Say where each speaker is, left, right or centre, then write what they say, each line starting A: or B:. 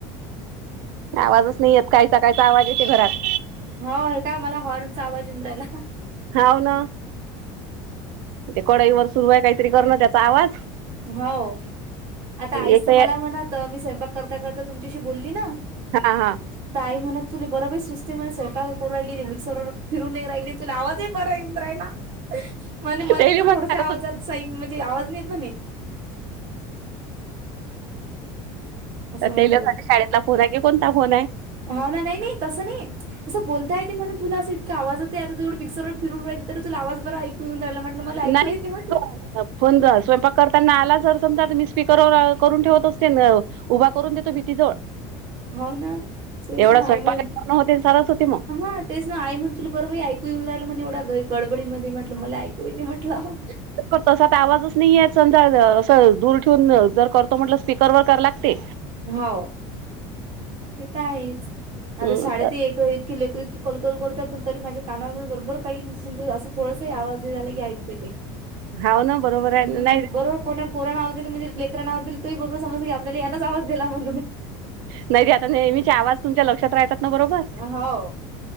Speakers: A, on the right; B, on the right.
A: आवाजच नाही येत, कायचा कायचा आवाज येते घरात.
B: हो हे काय मला हॉर्नचा, आवाज येऊन राहिला.
A: हाव ना ते कडईवर सुरू आहे, काहीतरी करण त्याचा आवाज.
B: हो. आता आईस
A: एक
B: मला म्हणत, मी स्वयंपाक करता करता तुमच्याशी बोली न.
A: हा हा.
B: ते आई म्हणत तुला बरं बाई सुसते म्हणे. स्वयंपाक करू राहिली ते मिक्सरवर फिरूनही राहिली आणि तूला आवाजही बरा आहे येऊन राहिला. म्हणे मला
A: तेले
B: ते का
A: मग
B: थोडसा
A: सांगत
B: आवाजात
A: होते
B: सई म्हणजे आवाज नाहीे येत म्हणे. असं
A: अ
B: म्हणत
A: तेला सांग शाळेतला फोन आहे, की कोणता फोन आहे.
B: हो ना. नाही नाही तसं नाही असं बोलता येते म्हणे तुला असं इतका आवाज येत आहे. आता तु एवढं मीक्सरवर फिरून राही तरी तुला आवाज बरं ऐकून येऊ राहिला. मला ऐकू
A: नाही.
B: येते म्हटलं.
A: <unintelligible> फोन जर स्वयंपाक करताना आला जर, समजा मी स्पीकरवर करून ठेवत असते न. उभा करून देतो भीतीजवळ.
B: होना तेस,
A: एवढा
B: ना
A: स्वयंपाक
B: आई मग
A: करणं होते सारच होते मग
B: हां.. तेच ना आई म्हणे तुला बर बाई ऐकू येऊन राहिलं म्हणे एवढ्या गडबडीमध्ये. म्हटलं मला ऐक हो येते म्हटलं.
A: त अस आता आवाजच नाही येत समजा, असं दूर ठेवून जर करतो म्हटलं स्पीकरवर करा लागते.
B: हो ते तर आहेच. आता
A: हम्म
B: शाळेत हे एक <unintelligible> कलकल करतात तरी पण माझ्या काना बरोबर काही म्हणजे, समजा असं थोडंसं आवाज झाला कि ऐकू येतय.
A: हाव ना बरोबर आहे नाही
B: हम्म बरोबर. कोन्या पुरानं आवाज दिला म्हणजे, लेकरांना आवाज दिला तरी बरोबर समजतंय. आपल्याला यानच आवाज दिला म्हणून.
A: नाही ते आता नेहमीचे आवाज तुमच्या लक्षात राहतात. ना बरोबर
B: हो.